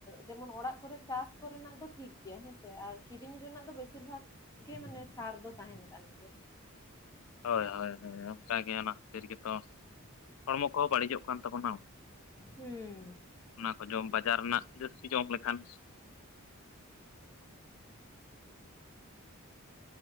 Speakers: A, on the left; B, on the left.
A: ᱡᱮᱢᱚᱱ ᱚᱲᱟᱜ ᱠᱚᱨᱮ ᱪᱟᱥ ᱠᱚᱨᱮᱱᱟᱜ ᱫᱚ ᱴᱷᱤᱠ ᱜᱮᱭᱟ ᱦᱮᱸᱥᱮ, ᱟᱨ ᱠᱤᱨᱤᱧ ᱨᱮᱱᱟᱜ ᱫᱚ ᱵᱮᱥᱤᱨ ᱵᱷᱟᱜ ᱜᱮ ᱢᱟᱱᱮ ᱥᱟᱨ ᱫᱚ ᱛᱟᱦᱮᱱ ᱠᱟᱱ ᱜᱮ,
B: ᱦᱳᱭ ᱦᱳᱭ ᱦᱳᱭ ᱚᱱᱠᱟᱜᱮ ᱚᱱᱟ ᱠᱷᱟᱹᱛᱤᱨ ᱜᱮᱛᱚ ᱦᱚᱲᱢᱚ ᱠᱚᱦᱚᱸ ᱵᱟᱹᱲᱤᱡᱚᱜ ᱠᱟᱱ ᱛᱟᱵᱚᱱᱟ᱾
A: ᱦᱩᱸᱢ,
B: ᱚᱱᱟ ᱠᱚ ᱡᱚᱢ ᱵᱟᱡᱟᱨ ᱨᱮᱱᱟᱜ ᱡᱟᱹᱥᱛᱤ ᱡᱚᱢ ᱞᱮᱠᱷᱟᱱ,